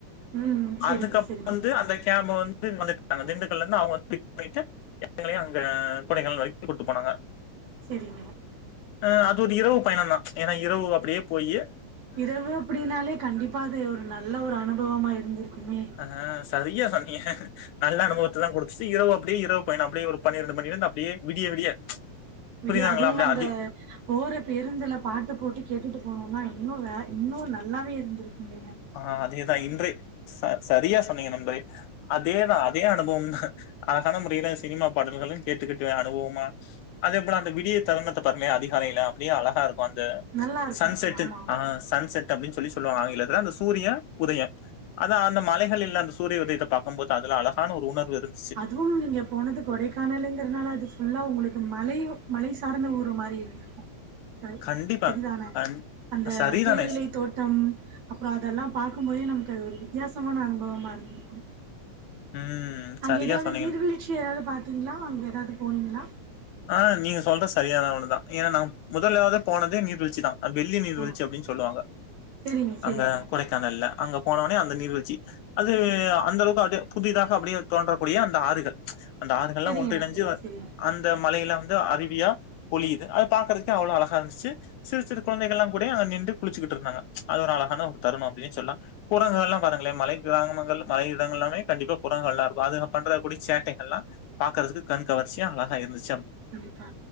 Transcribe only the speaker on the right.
ம் சரிங்க
சரிங்க
சேரிங்க
இரவு அப்டின்னாலே கண்டிப்பா அது ஒரு நல்ல ஒரு அனுபவமா இருந்திருக்குமே
விடிய
அதுவு
அந்த
போற பேருந்துல பாட்டு போட்டு கேட்டுட்டு போனோனா இன்னு வே இன்னு நல்லாவே இருந்திருக்குமே
நல்லா இருக்குங்க
ஆமா ஆமா
அதுவு நீங்க போனது கொடைக்கானலுங்கிறதுனால அது ஃபுல்லா உங்களுக்கு மலையு மலை சார்ந்த ஊரு மாறி இருந்திருக்கு <unintelligible>
சேரிதானே
அந்த
தேயிலை தோட் டம் அப்றோ அதெல்லா பாக்குபோதே நமக்கு அது ஒரு வித்தியாசமான அனுபவமா இருந்திருக்கு
அங்க
ஏதாவுது
நீர்வீழ்ச்சி ஏதாவ்து பாத்தீங்ளா அங்க ஏதாவ்து போனீங்ளா
ஓ
செரிங்க செரிங்க
செரிங்க
நண்பரே
செரிங்க
கண்டிப்பா